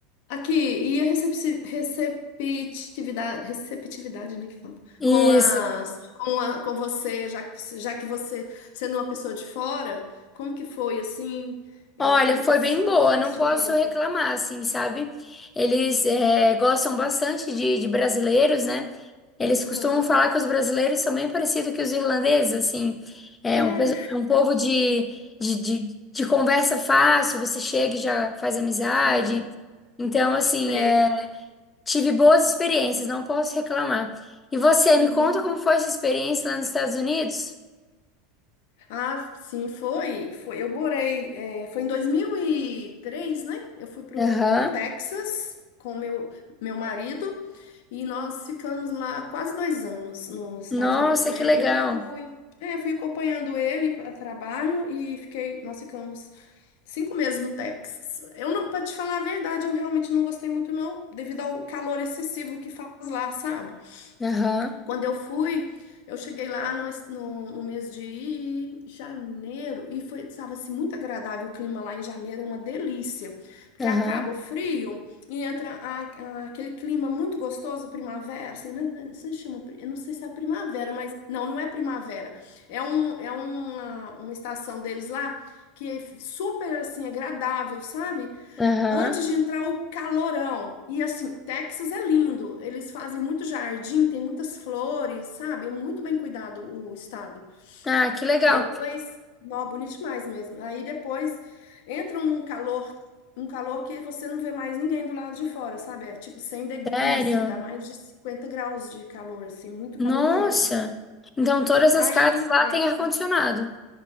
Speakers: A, on the left; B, on the left.
A: Aqui, e a recepci- receptividade, receptividade, né, que fala?
B: isso.
A: Com as, com a, com você, já que, já que você, sendo uma pessoa de fora, como que foi, assim, eh,
B: Olha,
A: como
B: foi
A: que, eles-
B: bem boa,
A: como que eles
B: não
A: te
B: posso
A: viam?
B: reclamar, assim, sabe? Eles é,
A: Uhum.
B: gostam bastante de, de brasileiros, né? Eles
A: Aham.
B: costumam falar que os brasileiros são bem parecidos que os irlandeses, assim. É
A: É,
B: um, peso- é um povo de, de, de, de conversa fácil, você chega e já faz amizade.
A: aham,
B: Então, assim,
A: sei.
B: é, tive boas experiências, não posso reclamar. E você,
A: Uhum.
B: me conta como foi essa experiência lá nos Estados Unidos?
A: Ah, sim, foi. Foi. Eu morei, eh, foi em dois mil e três né? Eu fui pro,
B: Aham.
A: pro Texas com meu, meu marido e nós ficamos lá quase dois anos nos Estados
B: Nossa,
A: Unidos, né?
B: que legal.
A: Eu fui, é, eu fui acompanhando ele para trabalho e fiquei, nós ficamos cinco meses no Texas. Eu não, para te falar a verdade, eu realmente não gostei muito não, devido ao calor excessivo que faz lá, sabe?
B: Aham.
A: Quando eu fui, eu cheguei lá no, no, no mês de janeiro e foi, estava assim, muito agradável o clima lá em janeiro, é uma delícia, porque
B: Aham.
A: acaba o frio e entra a- a- aquele clima muito gostoso, primavera, assim, né, né, se chama, pri- eu não sei se é primavera, mas não, não é primavera, é, um, é uma, uma estação deles lá que é super, assim, agradável, sabe?
B: Aham.
A: Antes de entrar o calorão. E assim, Texas é lindo. Eles fazem muito jardim, tem muitas flores, sabe? É muito bem cuidado o estado.
B: Ah, que legal.
A: Depois, nó, bonito demais mesmo. Aí depois entra um calor, um calor que você não vê mais ninguém do lado de fora, sabe? É tipo 100 degrees,
B: Sério?
A: dá mais de 50 graus de calor, assim, muito
B: Nossa.
A: calor mesmo.
B: Então todas as
A: Aí
B: casas lá têm ar-condicionado.